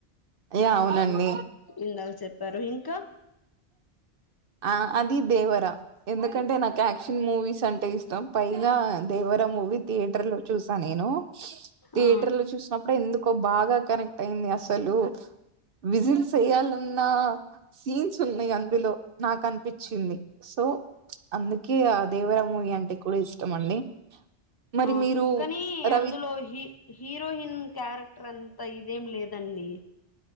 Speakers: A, on the right; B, on the left.
A: య అవునండి
B: ఇందాక చెప్పారు ఇంక
A: ఆ అది దేవరా ఎందుకంటే నాకు యాక్షన్ మూవీస్ అంటే ఇష్టం పైగా దేవర మూవీ థియేటర్ లో చూసా నేను థియేటర్
B: ఆ
A: లో చూసినప్ డు ఎందుకో బాగా కనెక్ట్ అయింది అసలు విజిల్స్ ఎయాలన్న సీన్స్ ఉన్నాయి అందులో నాకు అనిపించింది సో అందుకే ఇగ దేవర మూవీ అంటే కూడా ఇష్టం అండి మరి
B: అవును
A: మీరు
B: కానీ
A: రవి
B: అందులో హీ హీరోయిన్ క్యారెక్టర్ అంతా ఇ ఎం లేదండి